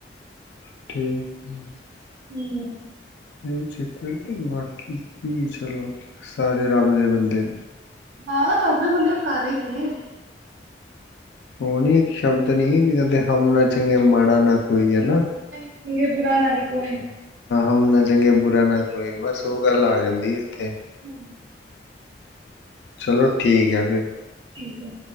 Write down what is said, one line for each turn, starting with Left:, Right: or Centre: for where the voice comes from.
Left: ਠੀਕ,
Right: ਹੂੰ,
Left: ਇਹ ਚੱਕਰ ਤੇ ਬਾਕੀ ਕੀ ਚਲੋ ਸਾਰੇ ਰੱਬ ਦੇ ਬੰਦੇ ਨੇ
Right: ਹਾਂ ਸਭ ਦੇ ਬੰਦੇ ਸਾਰੇ ਹੀ ਨੇ,
Left: ਉਹ ਨੀ ਇੱਕ ਸ਼ਬਦ ਨੀ ਹੈ ਕਿ ਕਹਿੰਦੇ ਹਮ ਨਾ ਚੰਗੇ ਮਾੜਾ ਨਾ ਕੋਈ ਕੋਈ ਹੈ ਨੀ
Right: ਚੰਗੇ ਬੁਰਾ ਨੀ ਕੋਈ
Left: ਹਮ ਨਾ ਚੰਗੇ ਬੁਰਾ ਨਾ ਕੋਈ ਬਸ ਉਹ <unintelligible>
Right: ਹੂੰ,
Left: ਚਲੋ ਠੀਕ ਹੈ ਫਿਰ
Right: ਠੀਕ ਹੈ,